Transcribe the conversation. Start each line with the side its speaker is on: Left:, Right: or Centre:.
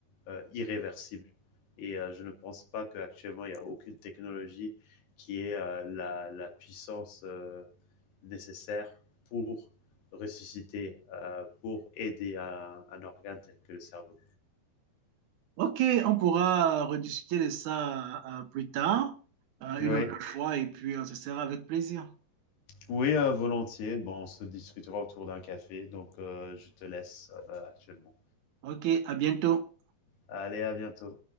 Left: euh, irréversible. Et euh, je ne pense pas qu'actuellement il n'y a aucune technologie qui ait euh, la, la, puissance euh, nécessaire pour ressusciter, euh, pour aider à, à un organe tel que le cerveau.
Right: Ok, on pourra euh, rediscuter de ça euh, plus tard, euh,
Left: Oui,
Right: une autre fois, et puis euh, ce sera avec plaisir.
Left: Oui, euh, volontiers. Bon, on se discutera autour d'un café, donc euh, je te laisse euh, actuellement.
Right: Ok, à bientôt.
Left: Allez, à bientôt.